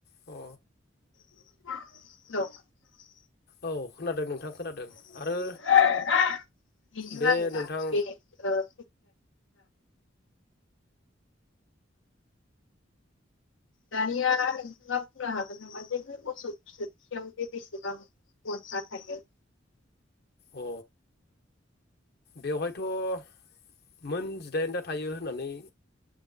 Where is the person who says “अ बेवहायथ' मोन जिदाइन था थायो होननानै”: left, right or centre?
Left